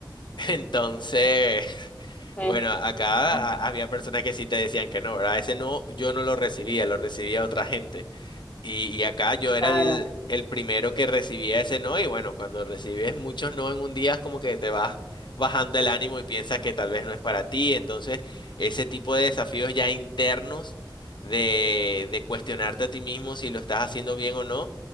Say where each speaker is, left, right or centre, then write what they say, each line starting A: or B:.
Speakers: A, on the left; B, on the left.
A: <laughs> Entonces, <laughs>
B: Sí,
A: bueno, acá
B: <laughs>
A: a- había personas que sí te decían que no, ¿verdad? Ese no, yo no lo recibía, lo recibía otra gente. Y, y acá yo era
B: claro.
A: el, el primero que recibía ese no, y bueno, cuando recibes muchos no en un día es como que te vas bajando el ánimo y piensas que tal vez no es para ti. Entonces, ese tipo de desafíos ya internos de, de cuestionarte a ti mismo si lo estás haciendo bien o no,